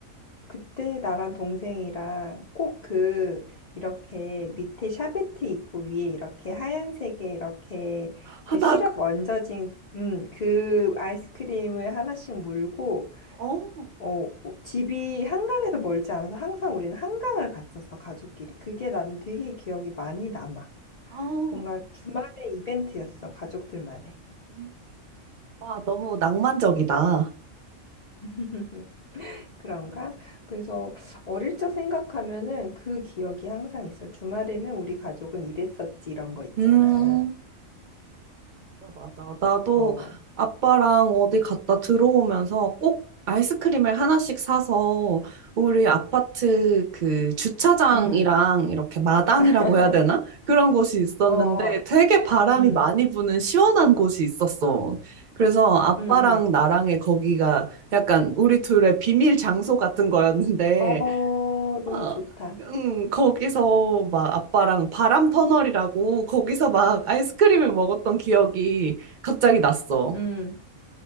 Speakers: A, on the left; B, on the right.
A: 그때 나랑 동생이랑 꼭 그 이렇게 밑에 샤베트 있고 위에 이렇게 하얀색에 이렇게
B: 아,
A: 그
B: 나,
A: 시럽
B: 그-
A: 얹어진 음, 그 아이스크림을 하나씩 물고
B: 어,
A: 어, 집이 한강에서 멀지 않아서 항상 우리는 한강을 갔었어, 가족끼리. 그게 난 되게 기억이 많이 남아.
B: 어.
A: 뭔가 주말에 이벤트였어, 가족들만의.
B: 음. 와, 너무 낭만적이다.
A: <laughs> 그런가? 그래서 어릴 적 생각하면은 그 기억이 항상 있어. 주말에는 우리 가족은 이랬었지, 이런 거 있잖아.
B: 음. 맞아, 맞아. 나도
A: 어,
B: 아빠랑 어디 갔다 들어오면서 꼭 아이스크림을 하나씩 사서 우리 아파트 그 주차장이랑
A: 음,
B: 이렇게 마당이라고
A: <laughs>
B: 해야 되나? 그런 곳이 있었는데
A: 어,
B: 되게 바람이
A: 음,
B: 많이 부는 시원한 곳이 있었어. 그래서 아빠랑
A: 음, 음.
B: 나랑의 거기가 약간 우리 둘의 비밀 장소 같은 거였는데
A: 어, 너무
B: 어,
A: 좋다.
B: 음, 거기서 막 아빠랑 바람 터널이라고 거기서 막 아이스크림을 먹었던 기억이 갑자기 났어.
A: 응.